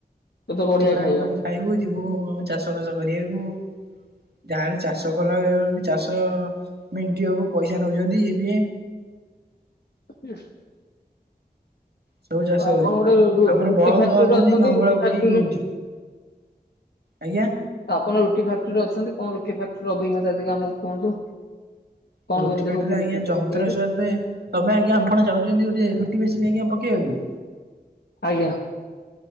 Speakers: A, on the left; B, on the right.
A: ଏତେ ବଢିଆ
B: ଚୁଡ଼ା
A: ଖାଇବା।
B: କଦଳୀ ଖାଇବୁ ଯିବୁ ଆମେ ଚାଷ ବାସ କରବାକୁ। ଗାଁ ରେ ଚାଷ କଲା ବେଳକୁ ବି ଚାଷ ମେଣ୍ଟି ହେବ ପଇସା ନଉଛନ୍ତି ବି।
A: <inaudible>
B: ସବୁ ଚାଷ
A: ଆଉ ଆପଣ
B: ହଉଛି।
A: ଗୋଟେ ରୁଟି
B: ଆମର ବଳଦ
A: ଫ୍ୟାକ୍ଟିଟିରେ
B: ହଉଛନ୍ତି
A: ଅଛନ୍ତି
B: ନଙ୍ଗଳ
A: ରୁଟି ଫ୍ୟାକ୍ଟିଟିରେ
B: ପକେଇକି ହଉଛି ଆଜ୍ଞା
A: ଆପଣ ରୁଟି ଫାକ୍ଟ୍ରିରେ ଅଛନ୍ତି କଣ ରୁଟି ଫ୍ୟକ୍ଟିର ଅଭିଜ୍ଞତା ଟିକେ ଆମକୁ କୁହନ୍ତୁ? କଣ
B: ରୁଟି
A: କେମିତି
B: ଫ୍ୟାକ୍ଟିରେ
A: ହଉଛି
B: ଆଜ୍ଞା
A: ରୁଟି ସବୁ
B: ଯନ୍ତ୍ର
A: ତିଆରି?
B: ସ ଦେ ତମେ ଆଞା ଆପଣ ଚାହୁଛନ୍ତି ଗୋଟେ ରୁଟି ମେସିନ୍ ଆଜ୍ଞା ପକେଇବାକୁ
A: ଆଜ୍ଞା।